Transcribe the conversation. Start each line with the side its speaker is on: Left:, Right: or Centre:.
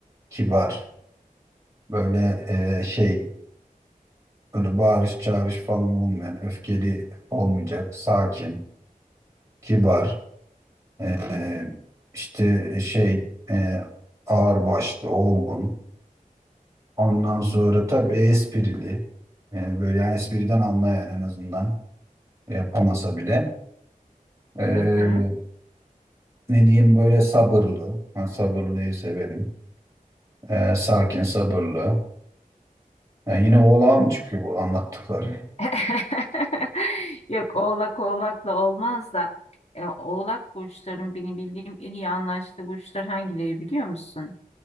Right: kibar böyle e, şey böyle bağırış çağırış falan olmayan öfkeli olmayacak sakin kibar. E, işte şey e, ağırbaşlı, olgun. Ondan sonra tabii esprili. E, böyle yani espriden anlayan en azından yapamasa bile. E,
Left: Hı hı.
Right: ne diyeyim böyle sabırlı. Ben sabırlıyı severim. E, sakin, sabırlı. Yani yine oğlağa mı çıkıyor bu anlattıkları?
Left: <laughs> Yok oğlak oğlakla olmaz da e, oğlak burçların benim bildiğim en iyi anlaştığı burçlar hangileri biliyor musun?